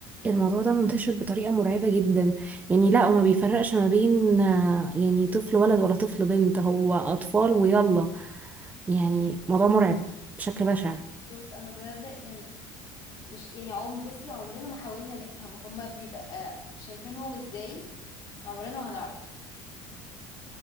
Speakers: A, on the right; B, on the left.
A: الموضوع ده منتشر بطريقة مرعبة جدا يعني لا وما بيفرقش ما بين آه، يعني طفل ولد ولا طفل بنت هو أطفال ويلا يعني موضوع مرعب بشكل بشع
B: بالظبط انا بجد يعني مش يعني عم بصي عمرنا ما حاولنا نفهم هما بيبقى شايفينهم ازاي عمرنا ما هنعرف